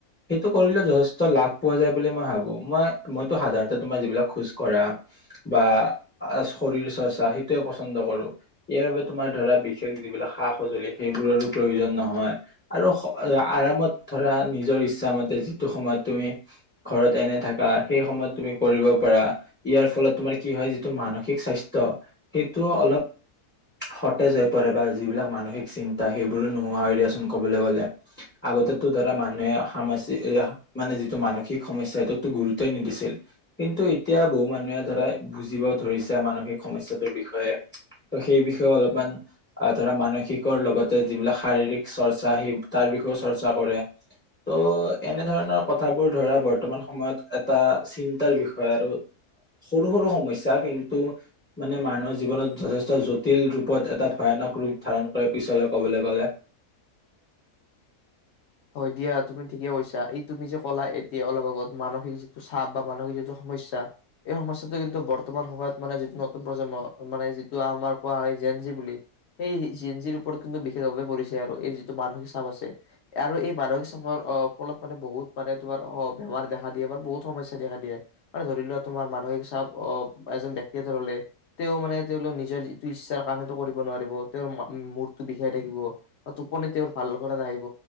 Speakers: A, on the left; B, on the left.
A: সেইটো কৰিলে যথেষ্ট লাভ পোৱা যায় বুলি মই ভাবো। মই মইতো সাধাৰণতে তোমাৰ যিবিলাক খোজ কঢ়া বা শৰীৰ চৰ্চা সেইটোয়ে পছন্দ কৰো ইয়াৰ বাবে তোমাৰ ধৰা বিশেষ যিবিলাক সা সজুলি সেইবোৰৰো প্ৰয়োজন নহয়। হয় আৰু আৰামত ধৰা নি ইচ্ছা মতে, যিটো সময়ত তুমি ঘৰত এনে থাকা সেই সময়ত তুমি কৰিব পাৰা। ইয়াৰ ফলত তোমাৰ কি হয় যিটো মানুহ ঠিক স্বাস্থ্য সেইটো অলপ সতেজ হৈ পৰে বা যিবিলাক মানসিক চিন্তা সেইবোৰো নোহোৱা হৈ দিয়াচোন ক'বলৈ গলে আগতে ধৰা মানুহে সামাজিক মানে যিটো মানসিক সমস্যা সেইটোকো গুৰুত্বই নিদিছিল কিন্তু এতিয়া বহু মানুহে ধৰা বুজিব ধৰিছে মানসিক সমস্যাটোৰ বিষয়ে ত' সেই বিষয়ে অলপমান ধৰা মানসিকৰ লগতে যিবিলাক শাৰীৰিক চৰ্চা সেই তাৰ বিষয়েও চৰ্চা কৰে। ত' এনেধৰণৰ কথাবোৰ ধৰা বৰ্তমান সময়ত এটা চিন্তাৰ বিষয় আৰু সৰু সৰু সমস্যা কিন্তু মানে মানুহৰ জীৱনত যথেষ্ট জটিল ৰূপত এটা ভয়ানক ৰূপ ধাৰণ কৰে পিছলৈ কবলৈ গ'লে
B: হয় দিয়া তুমি ঠিকে কৈছা ই তুমি যে কলা এতিয়া অলপ আগত মানসিক যিটো চাপ বা মানসিক যিটো সমস্যা এই সমস্যাটো কিন্তু বৰ্তমান সময়ত মানে যিটো নতুন প্ৰজন্ম মানে যিটো আমাৰ কোৱা হয় জেন জি বুলি সেই জেন জিৰ ওপৰত কিন্তু বিশেষভাৱে পৰিছে আৰু এই যিটো মানসিক চাপ আছে। আৰু এই মানসিক চাপৰ অ ফলত মানে বহুত মানে তোমাৰ বেমাৰ দেখা দিয়ে বা বহুত সমস্যা দেখা দিয়ে আৰু ধৰি লোৱা তোমাৰ মানসিক চাপ আহ এজন ব্যক্তি এ হলে তেওঁ মানে তেওঁলোক নিজৰ যিটো ইচ্ছাৰ কাম সেইটো কৰিব নোৱাৰিব তেওঁৰ মূৰটো বিষাই থাকিব টোপনি তেওঁৰ ভাল নাহিব।